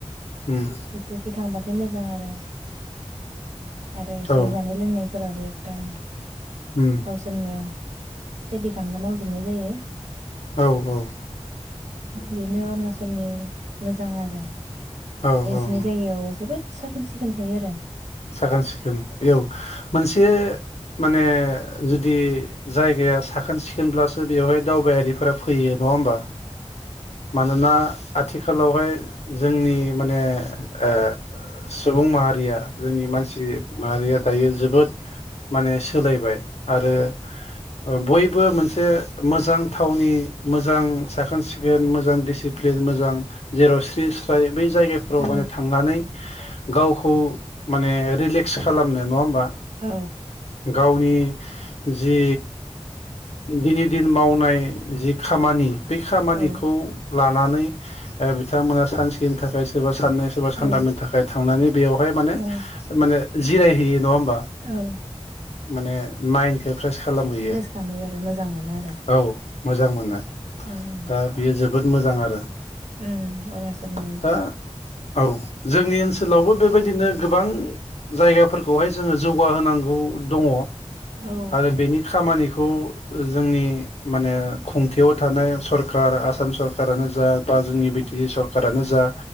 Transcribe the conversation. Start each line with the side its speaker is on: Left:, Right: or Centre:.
Left: उम
Right: बेखि थांबाथाय मोजां आरो आरो बिसनि
Left: औ
Right: जानाय लोंनायफोराबो एकदम
Left: उम
Right: गावसोरनो खेथि खालामना मावजोबनाय जायो।
Left: औ-औ।
Right: बेनो अरुणाचलनि मोजां आरो
Left: औ-औ।
Right: बे जायगायाव जोबोद साखोन-सिखोन थायो आरो
Left: साखोन-सिखोन औ मोनसे माने जुदि जायगाया साखोन-सिखोनब्लासो बेवहाय दावबायारिफोरा फैयो नंङा होमबा? मानोना आथिखालावहाय जोंनि माने ओ सुबुं माहारिया जोंनि मानसि माहारिया दायो जोबोद माने सोलायबाय आरो ओ बयबो मोनसे मोजां थावनि मोजां साखोन-सिखोन मोजां दिसिप्लिन मोजां जेराव स्रि-स्राय बै जायगाफोराव
Right: औ
Left: माने थांनानै गावखौ माने रिलेक्स खालामनो नंङा होमबा
Right: औ
Left: गावनि जि दिनै दिन मावनाय जि खामानि बे खामानिखौ
Right: औ
Left: लानानै ओ बिथांमोना सानसेनि थाखाय सोरबा साननै सोरबा
Right: औ
Left: सानथामनि थाखाय थांनानै बेयावहाय माने
Right: औ
Left: माने जिरायहैयो नंङा होमबा
Right: औ
Left: माने माइनखौ प्रेइस खालामहैयो
Right: फ्रेस खालामहैयो आरो मोजां मोनो आरो
Left: औ। मोजां मोनो
Right: उम
Left: दा बियो जोबोद मोजां आरो
Right: उम अरुणाचलनि
Left: दा औ जोंनि ओनसोलावबो बेबायदिनो गोबां जायगाफोरखौहाय जोंङो जौगाहोनांगौ दंङ।
Right: औ
Left: आरो बेनि खामानिखौ जोंनि माने खुंथायाव थानाय सरखार आसाम सरखारानो जा बा जोंनि बिदि बि सरखारानो जा